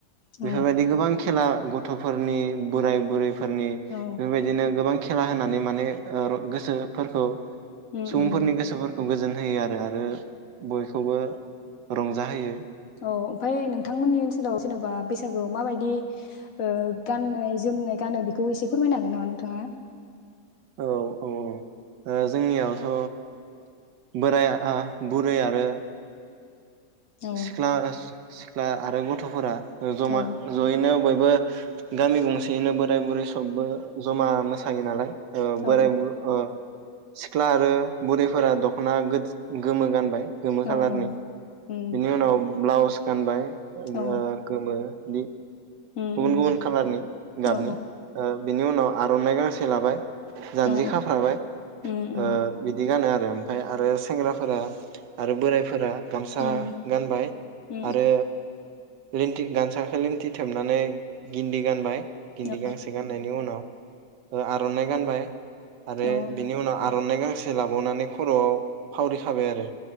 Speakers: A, on the left; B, on the right.
A: औ
B: बेफोरबायदि गोबां खेला गथ'फोरनि बोराइ बुरै फोरनि
A: औ
B: बेबायदिनो गोबां खेला होनानै माने ओ गोसोफोरखौ
A: उम
B: सुबुंफोरनि
A: उम
B: गोसोफोरखौ खौ गोजोन होयो आरो आरो बयखौबो रंजाहोयो
A: औ ओमफ्राय नोंथांमोननि ओनसोलाव जेनेबा बैसागुआव माबायदि ओ गाननाय जोमनाय गानो बेखौ एसे फोरमायनो हागोन नामा नोंथाङा
B: औ औ औ जोंनियावथ' बोराइआ बुरै आरो
A: औ
B: सिख्ला सिख्ला आरो गथ'फोरा ओ जमा
A: औ
B: जयैनो बयबो बो गामि गंसेयैनो बोराय बुरै सबबो जमा मोसायो नालाय ओ बोराइ
A: औ
B: बुर सिख्ला आरो बुरैफोरा दख'ना गोज गोमो गानबाय गोमो
A: औ
B: खालारनि
A: उम
B: बिनि उनाव ब्लाउस गानबाय ओ
A: औ
B: गोमो इदि
A: उम
B: गुबुन
A: उम
B: गुबुन खालारनि गाबनि
A: औ
B: ओ बिनि उनाव आर'नाइ गांसे लाबाय जानजि
A: औ
B: खाफ्राबाय
A: उम उम
B: ओ बिदि गानो आरो ओमफाय आरो सेंग्राफोरा आरो बोराइफोरा गामसा
A: उम
B: गानबाय
A: औ
B: आरो लेनथि गानसाखौ लेनथि थेबना नानै गिनदि गानबाय गिनदि
A: औ
B: गांसे गाननायनि उनाव ओ आर'नाइ‌ गानबाय आरो
A: औ
B: बिनि उनाव आर'नाइ गांसे लाबावनानै खर'आव फावरिखाबाय आरो